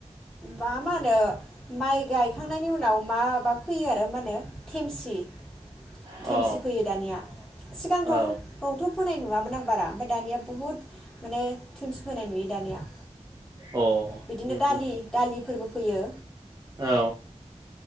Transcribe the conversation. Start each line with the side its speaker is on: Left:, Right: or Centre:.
Centre: मा मा होनो माइ गायखांनायनि उनाव माबा। फैयो आरो मा ओनो थेमसि।
Right: अ
Centre: थेमसि फैयो दानिया सिगांथावावथ
Right: औ
Centre: फोनाय नुवामोन आं बारा ओमफाय दानिया। बुहुद माने थिमसि फोनाय नुयो दानिया।
Right: अ उम
Centre: बिदिनो दालि
Right: उम
Centre: दालिफोरबो फैयो
Right: औ।